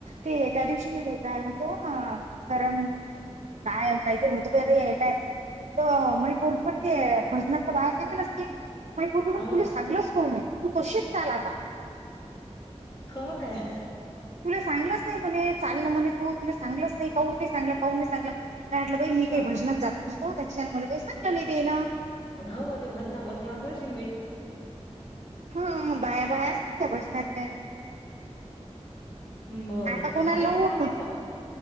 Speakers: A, on the right; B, on the left.
A: ते त्या दिवशी काय होतो तू खरम काय काहीतरी होतो प आताटयत तर मई पूर्वी पण ते भजनांच्या बाया सांगेलचतील मई पूर् पण
B: हो
A: तुला सांगलच कोण नाही तू तशीच चाल आता
B: खरं काय
A: तुला सांगलच नाही पणे चाललं म्हणे तू तुला सांगलंच नाही कून नाही सांगलं कून नाही सांगलं नाही म्हटलं बाई मी
B: सांग
A: काही भजनात जातोसत त्याच्या मला काही सांगलं नाही तेला
B: हो ते भजना भजनाच असेन बाई
A: हा बाया बायाज त्या भजनाचे
B: बर
A: आता कोणाला
B: झाले
A: लावू
B: का दहा
A: आपण
B: मिनिटं